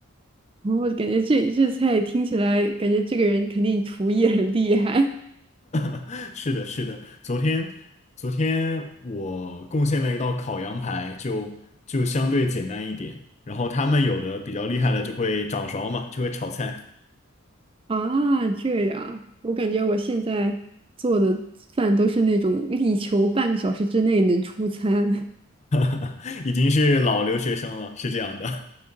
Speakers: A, on the right; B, on the left.
A: 然感觉这这菜听起来，感觉这个人肯定厨艺很厉害。
B: <laughs> 是的，是的，昨天昨天我贡献了一道烤羊排，就就相对简单一点。然后他们有的比较厉害的就会掌勺嘛，就会炒菜，
A: 啊，这样，我感觉我现在做的饭都是那种力求半个小时之内能出餐。<laughs>
B: <laughs> 已经是老留学生了，是这样的。